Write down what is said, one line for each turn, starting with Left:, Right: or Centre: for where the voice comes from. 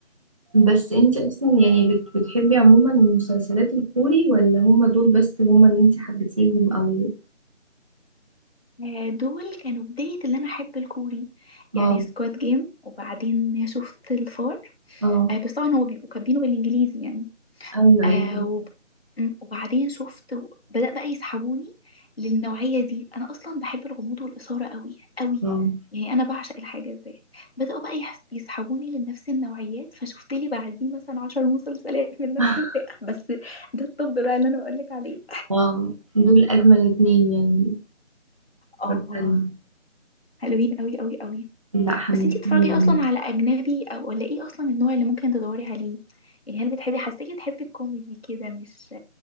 Right: بس انت اصلا يعني بت- بتحبي عموما المسلسلات الكوري ولا هم دول بس هم اللي انت حبيتيهم او
Left: آه، دول كانوا بداية اللي أنا أحب الكوري يعني
Right: اه
Left: سكواد جيم وبعدين شفت الفار
Right: اه
Left: آه، بس طبعا هو بيبقوا كاتبينه بالإنجليزي يعني
Right: ايوه
Left: آه
Right: ايوه
Left: وب... م- وبعدين شفت و- بدأ بقى يسحبوني للنوعية دي أنا أصلا بحب الغموض والإثارة قوي قوي
Right: اه
Left: يعني أنا بعشق الحاجة دي بدأوا بقى يحس... يسحبوني لنفس النوعيات فشفت لي بعديه مثلا عشر مسلسلات من نفس
Right: <laughs>
Left: الفئة بس ده الطب بقى اللي أنا بقولك عليه
Right: اه دول اجمل اتنين يعني
Left: آه
Right: اتفرجت عليهم.
Left: حلوين قوي قوي قوي
Right: لا حمستيني
Left: بس انتي بتتفرجي أصلا على أجنبي أو ولا إيه أصلا النوع اللي ممكن تدوري عليه يعني هل بتحبي حسيتي بتحبي الكوميدي كده مش